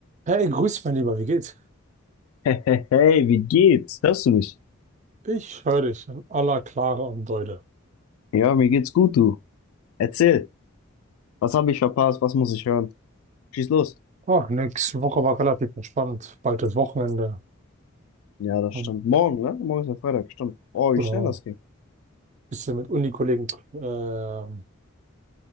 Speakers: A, on the right; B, on the left.
A: Hey, grüß mein Lieber, wie geht's?
B: Hey, hey, hey, wie geht's? Hörst du mich?
A: Ich höre dich in aller Klare und Deute.
B: Ja, mir geht's gut, du. Erzähl. Was habe ich verpasst? Was muss ich hören? Schieß los.
A: Ach, nix. Woche war relativ entspannt. Bald das Wochenende.
B: Ja, das
A: Hab,
B: stimmt. Morgen, ne? Morgen ist ja Freitag, stimmt. Oh, wie
A: ja,
B: schnell das ging.
A: bisschen mit Unikollegen, ähm,